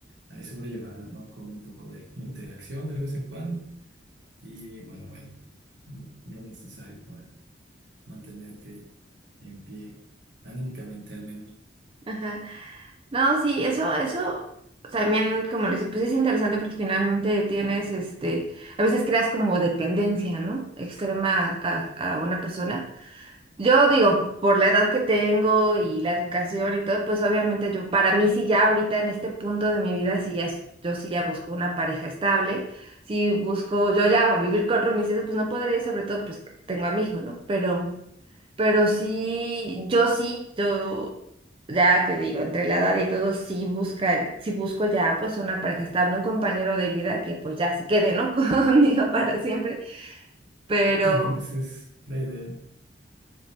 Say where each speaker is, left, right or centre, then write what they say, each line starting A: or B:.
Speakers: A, on the right (about 75°); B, on the right (about 30°).
A: ahí sobrellevarlas, ¿no? Con un poco de interacción de vez en cuando y bueno, vaya, lo necesario para mantenerte en pie, anímicamente al menos. <laughs>
B: Ajá. No, sí, eso, eso también, como les pues es interesante porque finalmente tienes, este, a veces creas como dependencia, ¿no? Extrema a a- a una persona. Yo digo, por la edad que tengo y la educación y todo, pues obviamente yo, para mí sí ya ahorita en este punto de mi vida, sí ya es- yo sí ya busco una pareja estable, si busco, yo ya vivir con roomies, y eso pues no podría, sobre todo pues tengo a mi hijo, ¿no? Pero, pero sí, yo sí, yo ya te digo, entre la edad y todo, sí busca, sí busco ya pues una pareja estable, un compañero de vida que pues ya se quede, ¿no? <laughs> Conmigo para siempre. Pero,
A: Sí, no, esa es la idea.